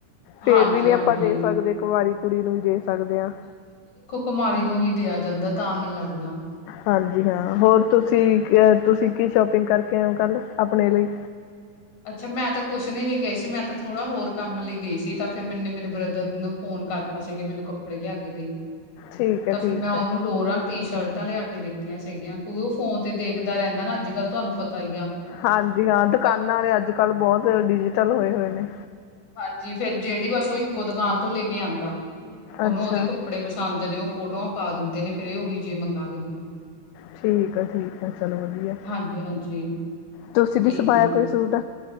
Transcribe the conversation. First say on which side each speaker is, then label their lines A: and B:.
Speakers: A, on the left; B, on the left.
A: ਹਾਂਜੀ,
B: ਫੇਰ ਵੀ ਨੀ
A: ਹਾਂਜੀ,
B: ਆਪਾਂ ਦੇ ਸਕਦੇ ਕਵਾਰੀ ਕੁੜੀ ਨੂੰ ਈ ਦੇ ਸਕਦੇ ਆ।
A: ਕਮਾਰੀ ਨੂੰ ਹੀ ਦਿਆ ਜਾਂਦਾ ਤਾਂ ਹੀ ਲੱਗਦਾ।
B: ਹਾਂਜੀ ਹਾਂ ਹੋਰ ਤੁਸੀਂ ਕ ਤੁਸੀਂ ਕੀ ਸ਼ੋਪਿੰਗ ਕਰਕੇ ਆਇਓ ਕੱਲ ਆਪਣੇ ਲਈ
A: ਅੱਛਾ ਮੈਂ ਤਾਂ ਕੁੱਛ ਨੀ ਲੈ ਕੇ ਆਈ ਸੀ ਮੈਂ ਤਾਂ ਥੋੜਾ ਹੋਰ ਕੰਮ ਲੀ ਗਈ ਸੀ ਤਾਂ ਫੇਰ ਮੈਨੇ ਮੇਰੇ ਬ੍ਰਦਰ ਨੂੰ ਫੋਨ ਕਰ ਤਾਂ ਸੀ ਕੀ ਮੈਨੂੰ ਕੱਪੜੇ ਲਿਆ ਕੇ ਦਈ
B: ਠੀਕ
A: ਤਾਂ
B: ਹੈ
A: ਫੇਰ
B: ਠੀਕ
A: ਮੈਂ ਓਨੂੰ
B: ਹੈ।
A: ਲੋਰਾਂ ਟੀ ਸ਼ਰਟਾਂ ਲਿਆ ਕੇ ਦਿੱਤੀਆਂ ਸੀਗੀਆਂ ਕਿਉਂਕਿ ਓ ਫੋਨ ਤੇ ਦੇਖਦਾ ਰਹਿੰਦਾ ਨਾ ਅੱਜ ਕੱਲ੍ਹ ਤੁਹਾਨੂੰ ਪਤਾ ਈ ਆ।
B: ਹਾਂਜੀ ਹਾਂ ਦੁਕਾਨਾਂ
A: ਤਾਂ ਫਿਰ-
B: ਆਲੇ ਅੱਜ ਕੱਲ੍ਹ ਬੋਤ ਡਿਜੀਟਲ ਹੋਏ-ਹੋਏ ਨੇ।
A: ਹਾਂਜੀ ਫੇਰ ਜਿਹੜੀ ਬਸ ਓ ਇੱਕੋ ਦੁਕਾਨ ਤੋਂ ਲੈ ਕੇ ਆਂਦਾ। ਓਨੂੰ
B: ਅੱਛਾ
A: ਓਦੇ ਕੱਪੜੇ ਪਸੰਦ ਨੇ ਓ ਫੋਟੋਆਂ ਪਾ ਦਿੰਦੇ ਨੇ ਫਿਰ ਏ ਓਹੀ ਜੀ ਮੰਗਾ ਲੈਂਦਾ।
B: ਠੀਕ ਆ ਠੀਕ ਆ ਚਲੋ ਵਧੀਆ
A: ਹਾਂਜੀ-ਹਾਂਜੀ।
B: ਤੁਸੀਂ ਨੀ
A: ਇਹੀ
B: ਸਮਾਇਆ
A: ਆ।
B: ਕੋਈ ਸੂਟ?